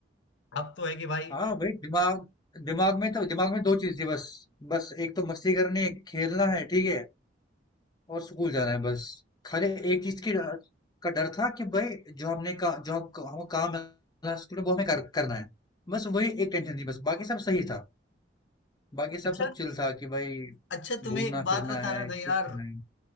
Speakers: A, on the left; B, on the left.
A: अब तो है कि भाई
B: हाँ वही दिमाग दिमाग में तो दिमाग में दो चीज थी बस बस एक तो मस्ती करनी है खेलना है ठीक है और स्कूल जाना है बस। खाली एक चीज़ की डर का डर था कि भई जो हमने का जो हम काम मिला स्कूल में वो हमें कर, करना है। बस वही एक टेंशन थी बस, बाकी सब सही था। बाकी सब
A: अच्छा
B: सब चिल था कि भई
A: अच्छा तुम्हें
B: घूमना-फिरना
A: एक बात बताना
B: है,
A: था
B: चिल
A: यार
B: करना है।